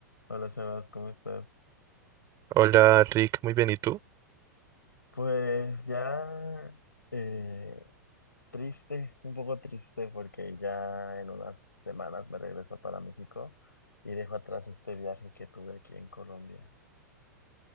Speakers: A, on the left; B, on the right.
A: Hola Sebas, ¿cómo estás?
B: Hola Rick, muy bien, ¿y tú?
A: Pues ya eh, triste, un poco triste porque ya en unas semanas me regreso para México y dejo atrás este viaje que tuve aquí en Colombia.